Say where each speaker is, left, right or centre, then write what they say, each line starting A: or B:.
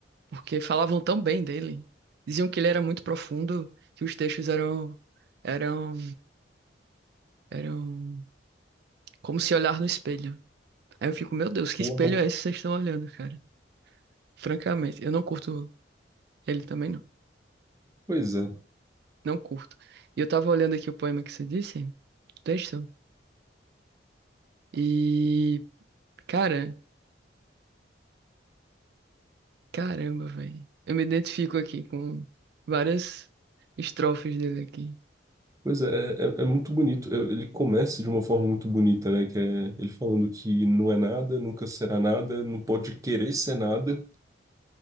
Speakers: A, on the right; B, on the right.
A: Porque falavam tão bem dele. Diziam que ele era muito profundo, que os textos eram, eram, eram Como se olhar no espelho. Aí eu fico, meu Deus, que
B: Uau!
A: espelho é esse que vocês estão olhando, cara? Francamente, eu não curto ele também, não.
B: Pois é.
A: Não curto. E eu tava olhando aqui o poema que você disse, o texto, e, cara, caramba, velho. Eu me identifico aqui com várias estrofes dele aqui.
B: Pois é, é, é é muito bonito. Eu- Ele começa de uma forma muito bonita, né? Que é ele falando que não é nada, nunca será nada, não pode querer ser nada,